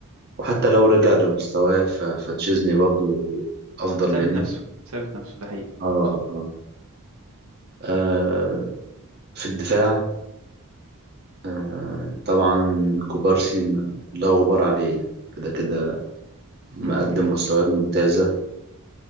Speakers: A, on the right; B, on the right.
A: وحتى لو رجع لمستواه ف- فتشيزني برضو افضل
B: ثابت
A: منه
B: نفسه ثابت نفسه ده حقيقي
A: اه اه آه، في الدفاع آه طبعا كوبارسي ما- لا غبار عليه يعني كده كده
B: <laughs>
A: مقدم
B: منطقي
A: مستويات ممتازة